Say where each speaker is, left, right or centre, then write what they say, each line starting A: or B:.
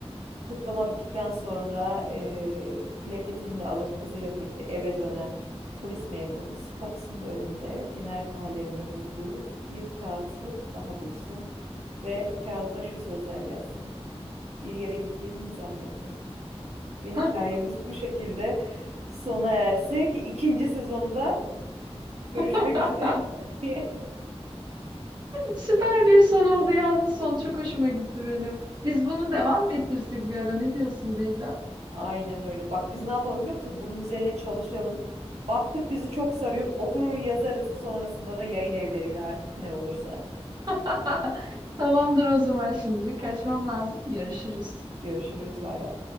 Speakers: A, on the right (about 75°); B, on the right (about 40°).
A: Kutlama bittikten sonra eee, plaketini de alıp kızıyla birlikte eve dönen polis memurumuz kapısının önünde cinayet mahallerinde bulduğu bir kağıtı daha bulsun ve kağıtta şu sözler yazsın. Bir yere gittiğimi mi zannettin? Ve hikayemiz
B: <laughs>
A: bu şekilde sona ersin ki ikinci sezonda görüşmek
B: <laughs>
A: üzere <laughs> diye
B: Süper bir son oldu yalnız son çok hoşuma gitti benim. Biz bunu devam mı ettirsek bir ara ne diyorsun Beyda?
A: Aynen öyle. Bak biz ne yapalım biliyor musun? Bunun üzerine çalışalım. Baktık bizi çok sarıyor. Oturur yazarız. Sonrasında da yayın evleriyle artık ne olursa.
B: <laughs> Tamamdır o zaman şimdilik kaçmam lazım. Görüşürüz.
A: Görüşürüz. Bay bay.